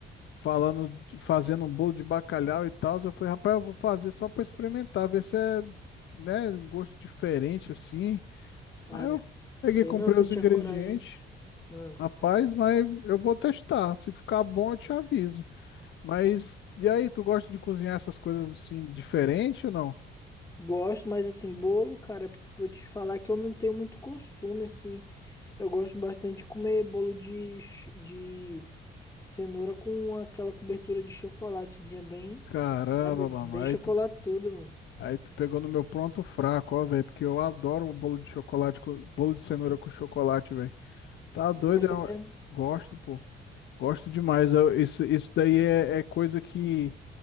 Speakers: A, on the left (about 70°); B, on the left (about 15°).
A: falando, de- fazendo um bolo de bacalhau e tal, eu falei, rapaz, eu vou fazer só pra experimentar, ver se é, né, um gosto diferente assim.
B: Cara,
A: Aí eu peguei,
B: sei
A: comprei
B: não se
A: os
B: eu tinha
A: ingredientes.
B: coragem, hein? Hum.
A: Rapaz, mas eu vou testar. Se ficar bom, eu te aviso. Mas e aí, tu gosta de cozinhar essas coisas assim diferente ou não?
B: Gosto, mas assim, bolo, cara, vou te falar que eu não tenho muito costume, assim. Eu gosto bastante de comer bolo de, ch- de cenoura com aquela cobertura de chocolatezinha bem,
A: Caramba,
B: sabe? Bem
A: mano. Aí
B: chocolatudo,
A: tu,
B: mano.
A: aí tu pegou no meu pronto fraco, ó, velho, porque eu adoro o bolo de chocolate, com- bolo de cenoura com chocolate, velho. Tá doido?
B: Tu gosta
A: É um-
B: mesmo?
A: Gosto, pô. Gosto demais. Eu- isso, isso daí é, é coisa que